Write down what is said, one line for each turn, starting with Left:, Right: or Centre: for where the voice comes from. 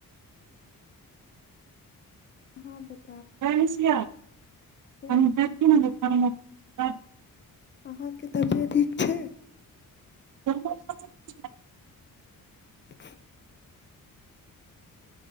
Left: अहाँ बत
Right: य <unintelligible>
Left: छै
Right: ह <unintelligible>
Left: अहाँके तबियत ठीक छै
Right: ह्म <unintelligible>
Left: <unintelligible>